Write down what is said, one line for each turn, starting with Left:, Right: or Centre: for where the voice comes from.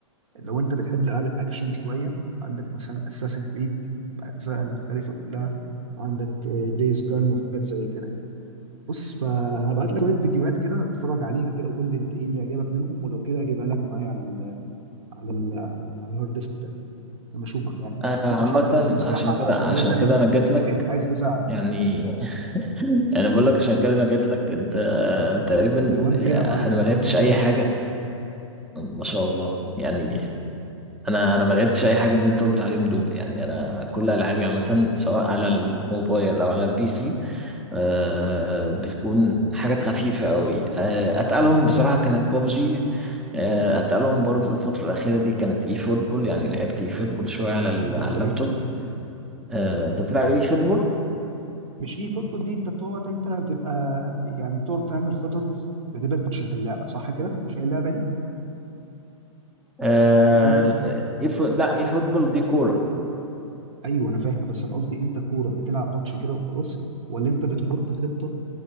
Right: لو انت بتحب العاب الاكشن شويه عندك مثلا اساسن كريد باجزائها المختلفه كلها عندك دايز جان وحاجات زي كده يعني بص فهبعت لك شويه فيديوهات كده اتفرج عليها كده وقول لي انت ايه اللي عجبك منهم ولو كده هجيبها لك معايا على ال على ال على الهارد ديسك بتاعي لما اشوفك يعني
Centre: آه،
Right: كده. بس انت
Centre: عامه
Right: حضر بس مساحه
Centre: عشان كده
Right: عشان
Centre: عشان
Right: لازم
Centre: كده انا جات لك
Right: <laughs> عايز مساحه
Centre: يعني <laughs> يعني بقول لك عشان كده انا جات لك انت تقريبا
Right: دي 1
Centre: آه،
Right: تيرا يا معلم
Centre: انا ما لعبتش
Right: 1 تيرا
Centre: اي حاجه ما شاء الله يعني انا انا ما لعبتش اي حاجه من اللي انت قلت عليهم دول يعني انا كل العابي عامه سواء على الموبايل او على البي سي آه بتكون حاجات خفيفة قوي آه أتقلهم بصراحة كانت بابجي آه أتقلهم برضو الفترة الأخيرة دي كانت إي فوتبول يعني لعبت إي فوتبول شوية
Right: اه
Centre: على ال-
Right: جامده
Centre: على اللابتوب
Right: جدا
Centre: آه أنت بتلعب إي فوتبول؟
Right: مش اي فوتبول دي انت بتقعد انت بتبقى يعني بتقعد تعمل خطط بتبقى انت بتش في اللعبه صح كده؟ مش هي اللعبه دي؟
Centre: آه
Right: يعني انت
Centre: إي فو... لا إي فوتبول دي كورة
Right: ايوه انا فاهم بس انا قصدي انت كوره بتلعب ماتش كده وخلاص ولا انت بتحط خطه